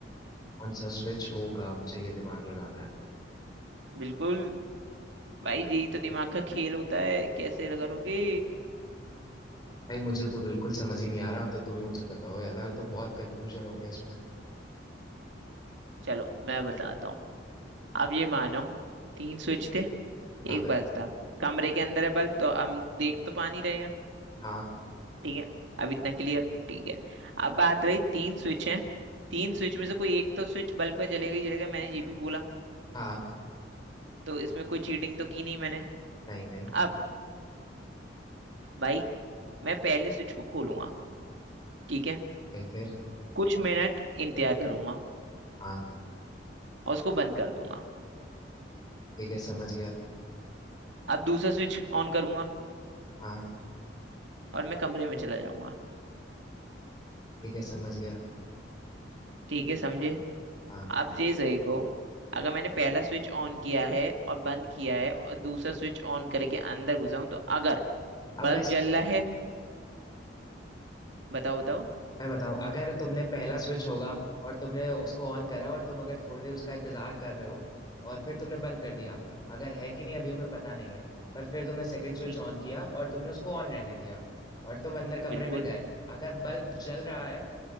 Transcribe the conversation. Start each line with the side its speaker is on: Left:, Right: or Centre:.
Left: कौन सा स्विच होगा मुझे ये दिमाग लगाना है
Right: बिल्कुल भाई यही तो दिमाग का खेल होता है कैसे करोगे
Left: भाई मुझे तो बिल्कुल समझ ही नहीं आ रहा अब तो तुम ही मुझे बताओ यार अब तो बहुत कंफ्यूजन हो गया इसमें
Right: चलो मैं बताता हूँ अब ये मानो तीन स्विच थे
Left: हाँ
Right: एक
Left: भाई
Right: बल्ब था कमरे के अंदर है बल्ब तो हम देख तो पा नहीं रहे हैं
Left: हाँ
Right: ठीक है अब इतना क्लियर ठीक है अब बात रही तीन स्विच हैं तीन स्विच में से कोई एक तो स्विच बल्ब का जलेगा ही जलेगा मैंने ये भी बोला
Left: हाँ
Right: तो इसमें कोई चीटिंग तो की नहीं मैंने
Left: नहीं नहीं
Right: अब भाई मैं पहले स्विच को खोलूंगा ठीक है
Left: ठीक है भाई फिर
Right: कुछ मिनट इंतजार करूंगा
Left: हाँ
Right: और उसको बंद कर दूंगा
Left: ठीक है समझ गया
Right: अब दूसरा स्विच ऑन करूंगा
Left: हाँ
Right: और मैं कमरे में चला जाऊंगा
Left: ठीक है समझ गया
Right: ठीक है समझे
Left: हाँ
Right: आप ये सही को अगर मैंने पहला स्विच ऑन किया है और बंद किया है और दूसरा
Left: समझ
Right: स्विच
Left: गया
Right: ऑन करके अंदर घुसा हूं तो अगर
Left: अब
Right: बल्ब
Left: मैं
Right: जल रहा है बताओ बताओ
Left: मैं बताऊं अगर तुमने पहला स्विच होगा और तुमने उसको ऑन करा और तुम अगर थोड़ी देर उसका इंतजार कर रहे हो और फिर तुमने बंद कर दिया अगर है कि नहीं अभी हमें पता नहीं है पर फिर तुमने सेकंड स्विच
Right: ठीक
Left: ऑन किया और तुमने उसको ऑन रहने दिया और तुम अंदर कमरे
Right: बिल्कुल
Left: में गए अगर बल्ब जल रहा है